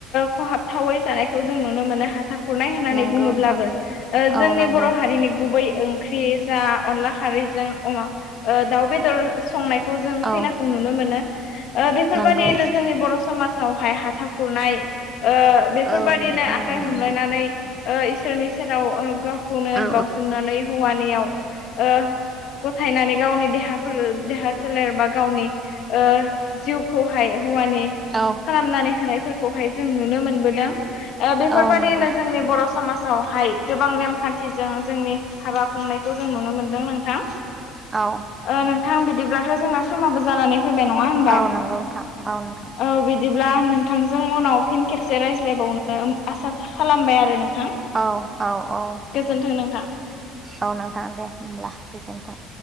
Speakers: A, on the left; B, on the right.
A: खहाबथावै जानायखौ जों नुनो मोनो हाथा खुरनाय होननानै
B: नंगौ
A: बुङोब्लाबो
B: नोंथां औ
A: जोंनि
B: नंगौ
A: बर' हारिनि गुबै ओंख्रि जा अनला खारैजों अमा ओ दाव बेदर संनायखौ जों
B: औ
A: खैनाखौ नुनो मोनो ओ बेफोरबायदियैनो
B: नंगौ
A: जोंनि बर' समाजावहाय हाथा खुरनाय ओ बेफोरबायदिनो
B: औ नोंथां
A: आखाइ
B: औ नंगौ
A: हमलायनानै ओ इसोरनि सेराव ओ गावखौनो
B: औ
A: बाउसोमनानै हौवानियाव ओ गथायनानै गावनि देहाफोर देहा सोलेर बा गावनि ओ जिउखौहाय हौवानि
B: औ
A: खालामनानै होनाय फोरखौहाय जों नुनो मोनबोदों ओ बेफोरबायदिनो
B: औ नंगौ
A: जोंनि बर' समाजावहाय गोबां नेम खान्थिजों जोंनि हाबा खुंनायखौ जों नुनो मोनदों नोंथां
B: औ
A: ओ नोंथां बिदिब्लाथ' जोंना समाबो जानानै फैबाय नङा होमबा
B: औ
A: औ
B: नंगौ नोंथां नोंथां
A: बिदि बिदिब्ला नोंथांजों उनाव फिन खेबसे रायज्लायबावनो आसा खालामबाय आरो नोंथां
B: औ औ औ
A: गोजोन्थों नोंथां।
B: औ नोंथां दे होनब्ला गोजोनथों